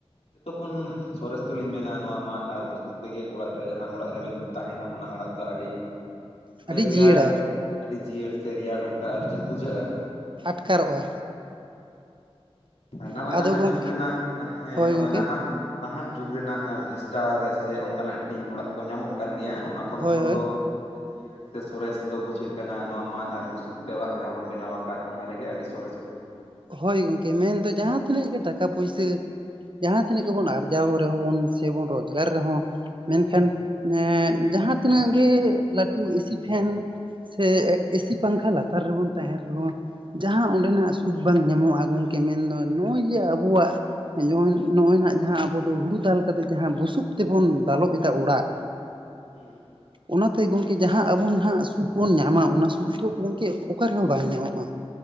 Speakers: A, on the left; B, on the right.
A: ᱡᱚᱛᱚ ᱠᱷᱚᱱᱚᱱ ᱥᱚᱨᱮᱥ ᱫᱚᱞᱤᱧ ᱢᱮᱱᱟ ᱱᱚᱣᱟ ᱢᱟᱫ ᱟᱨ ᱵᱩᱥᱩᱵ ᱛᱮᱜᱮ, ᱚᱲᱟᱜ ᱨᱮ ᱡᱟᱦᱟᱸ ᱚᱲᱟᱜ ᱨᱮᱵᱮᱱ ᱛᱟᱦᱮᱱᱟ ᱚᱱᱟ ᱚᱲᱟᱜ ᱫᱚ ᱟᱹᱰᱤ ᱢᱟᱱᱮ
B: ᱟᱹᱰᱤ
A: ᱨᱮᱭᱟᱲ
B: ᱡᱤᱭᱟᱹᱲᱟ
A: ᱟᱹᱰᱤ ᱡᱤᱭᱟᱹᱲ ᱥᱮ ᱨᱮᱭᱟᱲ ᱚᱱᱠᱟ ᱟᱨ ᱪᱮᱫ ᱵᱩᱡᱷᱟᱹᱜᱼᱟ᱾
B: ᱟᱴᱠᱟᱨᱚᱜᱼᱟ᱾
A: ᱦᱩᱸ ᱟᱨ ᱱᱚᱜᱼᱚᱭ
B: ᱟᱫᱚ
A: ᱱᱟᱦᱟᱜ
B: ᱜᱚᱢᱠᱮ
A: ᱡᱩᱜᱽ ᱨᱮᱱᱟᱜ ᱦᱮᱸ
B: ᱦᱳᱭ
A: ᱱᱚᱜᱼᱚᱭ
B: ᱜᱚᱢᱠᱮ
A: ᱱᱟᱦᱟᱜ ᱱᱟᱦᱟᱜ ᱡᱩᱜᱽ ᱨᱮᱱᱟᱜ ᱵᱷᱮᱥᱴᱟᱨ ᱥᱮ ᱚᱱᱠᱟᱱᱟᱜ ᱴᱤᱧ ᱚᱲᱟᱜ ᱠᱚ ᱧᱟᱢᱚᱜ ᱠᱟᱱ ᱜᱮᱭᱟ ᱚᱱᱟ ᱠᱚ ᱠᱷᱚᱱ
B: ᱦᱳᱭ
A: ᱠᱷᱚᱱ
B: ᱦᱳᱭ
A: ᱫᱚ ᱡᱤᱭᱟᱹᱲ ᱥᱮ ᱥᱚᱨᱮᱥ ᱫᱚ ᱵᱩᱡᱷᱟᱹᱜ ᱠᱟᱱᱟ ᱱᱚᱣᱟ ᱢᱟᱫ ᱟᱨ ᱵᱩᱥᱩᱵ ᱛᱮ ᱚᱲᱟᱜ ᱡᱟᱦᱟᱸ ᱵᱚᱱ ᱵᱮᱱᱟᱣ ᱟᱠᱟᱫ ᱚᱱᱟ ᱨᱮᱜᱮ ᱟᱹᱰᱤ ᱥᱚᱨᱮᱥ ᱵᱩᱡᱷᱟᱹᱜᱼᱟ᱾
B: ᱦᱳᱭ ᱜᱚᱝᱠᱮ ᱢᱮᱱ ᱫᱚ ᱡᱟᱦᱟᱸ ᱛᱤᱱᱟᱹᱜ ᱜᱮ ᱴᱟᱠᱟ ᱯᱩᱭᱥᱟᱹ ᱡᱟᱦᱟᱸ ᱛᱤᱱᱟᱹᱜ ᱜᱮᱵᱚᱱ ᱟᱨᱡᱟᱣ ᱨᱮᱦᱚᱸ ᱵᱚᱱ ᱥᱮᱵᱚᱱ ᱨᱳᱡᱽᱜᱟᱨ ᱨᱮᱦᱚᱸ ᱢᱮᱱᱠᱷᱟᱱ ᱮ ᱡᱟᱦᱟᱸ ᱛᱤᱱᱟᱹᱜ ᱜᱮ ᱞᱟᱹᱴᱩ ᱮᱥᱤ ᱯᱷᱮᱱ ᱥᱮ ᱮᱥᱤ ᱯᱟᱝᱠᱷᱟ ᱞᱟᱛᱟᱨ ᱨᱮᱵᱚᱱ ᱛᱟᱦᱮᱱ ᱨᱮᱦᱚᱸ ᱡᱟᱦᱟᱸ ᱚᱸᱰᱮᱱᱟᱜ ᱴᱩᱠ ᱵᱟᱝ ᱧᱟᱢᱚᱜᱼᱟ ᱜᱚᱝᱠᱮ ᱢᱮᱱᱫᱚ ᱱᱚᱜᱼᱚᱭ ᱡᱮ ᱟᱵᱚᱣᱟᱜ, ᱡᱮᱢᱚᱱ ᱱᱚᱜᱼᱚᱭ ᱱᱟᱜ ᱡᱟᱦᱟᱸ ᱟᱵᱚ ᱫᱚ ᱦᱩᱲᱩ ᱫᱟᱞ ᱠᱟᱛᱮᱜ ᱡᱟᱦᱟᱸ ᱵᱩᱥᱩᱵ ᱛᱮᱵᱚᱱ ᱫᱟᱞᱚᱵ ᱮᱫᱟ ᱚᱲᱟᱜ
A: ᱟᱸ
B: ᱚᱱᱟᱛᱮ ᱜᱚᱝᱠᱮ ᱡᱟᱦᱟᱸ ᱟᱵᱚ ᱟᱸᱱᱟᱜ ᱥᱩᱠ ᱵᱚᱱ ᱧᱟᱢᱟ ᱚᱱᱟ ᱥᱩᱠ ᱫᱚ ᱜᱚᱝᱠᱮ ᱚᱠᱟ ᱨᱮᱦᱚᱸ ᱵᱟᱝ ᱧᱟᱢᱚᱜᱼᱟ᱾